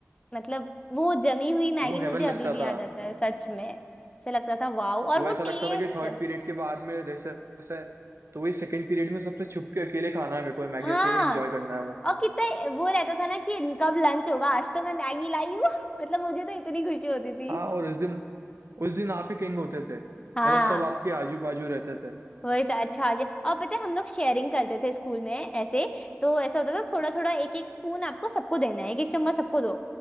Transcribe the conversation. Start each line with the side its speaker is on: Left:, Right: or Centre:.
Left: मतलब वो जमी हुई मैगी
Right: वो
Left: मुझे
Right: हेवन लगता
Left: अभी भी याद
Right: था
Left: आता है सच में ऐसे लगता था वाओ और
Right: वो
Left: वो
Right: ऐसा लगता
Left: टेस्ट
Right: था कि थर्ड पीरियड के बाद में रेसेस है तो वही सेकंड पीरियड में सबसे छुप के अकेले खाना है मेरे को मैगी
Left: हाँ
Right: अकेले एंजॉय करना है बस
Left: और कितना वो रहता था ना कि कब लंच होगा आज तो मैं मैगी लाई हूँ <laughs> मतलब मुझे तो इतनी खुशी होती थी
Right: हाँ और उस दिन उस दिन आप ही किंग होते थे मतलब
Left: हाँ
Right: सब आपके आजू बाजू रहते थे
Left: वही तो अच्छा आज और पता है हम लोग शेयरिंग करते थे स्कूल में ऐसे तो ऐसा होता था थोड़ा थोड़ा एक एक स्पून आपको सबको देना है एक एक चम्मच सबको दो